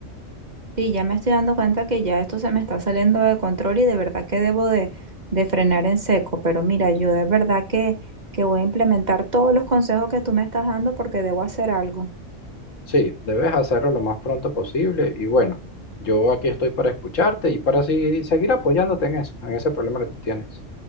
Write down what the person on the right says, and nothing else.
Sí, ya me estoy dando cuenta que ya esto se me está saliendo de control y de verdad que debo de, de frenar en seco. Pero mira, yo de verdad que, que voy a implementar todos los consejos que tú me estás dando porque debo hacer algo.